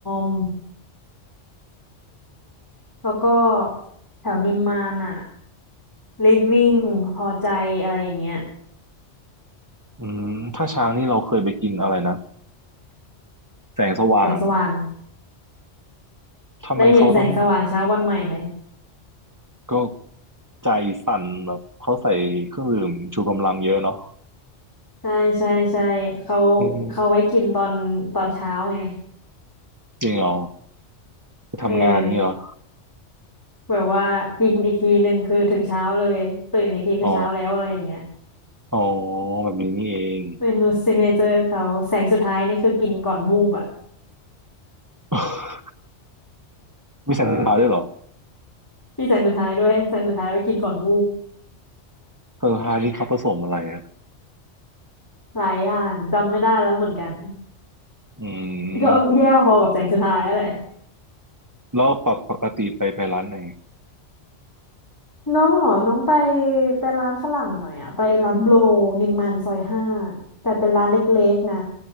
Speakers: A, on the left; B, on the right.
A: มแล้วก็แถวนิมมานอ่ะลิฟวิ่งพอใจอะไรอย่างเงี้ย
B: อืมถ้าช้างนี่เราเคยไปกินอะไรนะแสงสว่างอะ
A: แสงสว่าง
B: ทำไมเขาต้อง
A: ได้เห็นแสงสว่างเช้าวันใหม่ไหม
B: ก็ใจสั่นแบบเขาใส่เครื่องดื่มชูกำลังเยอะเนาะ
A: ใช่ใช่ใช่เขา
B: อืม
A: เขาไว้กินตอนตอนเช้าไง
B: จริงเหรอไปทำงานนี่เหรอ
A: เออแบบว่ากินอีกทีหนึ่งคือถึงเช้าเลยตื่นอีกทีคือเช้าแล้วอะไรอย่างเงี้ย
B: อ๋ออ๋อแบบนี้นี่เอง
A: เมนูซิกเนเจอร์เขาแสงสุดท้ายนี่คือกินก่อนวูบอ่ะ
B: <laughs> มีแสงสุดท้ายด้วยเหรอ
A: มีแสงสุดท้ายด้วยแสงสุดท้ายไว้กินก่อนวูบ
B: แสงสุดท้ายนี่เขาผสมอะไรอะ
A: หลายอย่างจำไม่ได้แล้วเหมือนกัน
B: อื
A: <laughs> ก็แย่พอกับแสงสุดท้ายนั่นแหละ
B: มแล้วปกปกติไปไปร้านไหน
A: น้องเหรอน้องไปไปร้านฝรั่งหน่อยอะไปร้านโบรนิมมานซอยห้าแต่เป็นร้านเล็กๆนะ